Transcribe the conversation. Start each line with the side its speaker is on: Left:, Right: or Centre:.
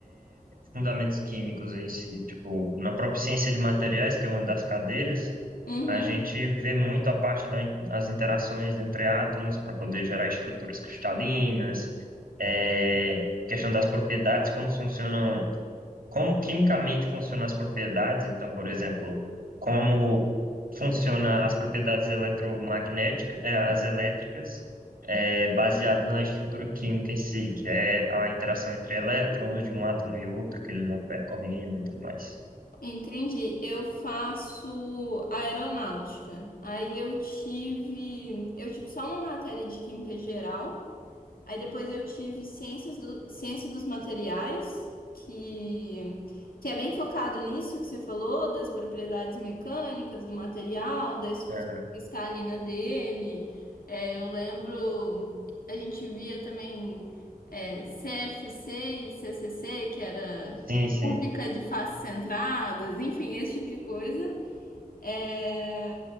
Right: fundamentos químicos em si. Tipo, na própria ciência de materiais, que é uma das cadeiras,
Left: Uhum,
Right: a gente vê muito a parte das interações entre átomos para poder gerar estruturas cristalinas, é, questão das propriedades, como funcionam como quimicamente funcionam as propriedades. Então, por exemplo, como funciona as propriedades eletromagnéticas, eh, as elétricas, eh, baseado na estrutura química em si, que é a interação entre elétrons de um átomo e outro, que eles vão percorrendo e tudo mais.
Left: entendi. Eu faço aeronáutica. Aí eu tive, eu tive só uma matéria de química geral. Aí depois eu tive ciências do, ciência dos materiais, que, que é bem focado nisso que você falou, das propriedades mecânicas do material, da estrutura
Right: Aham.
Left: cristalina dele. É, eu lembro, a gente via também é, CFC e CCC, que era
Right: Sim, sim.
Left: cúbica de faces centradas, enfim, esse tipo de coisa. É,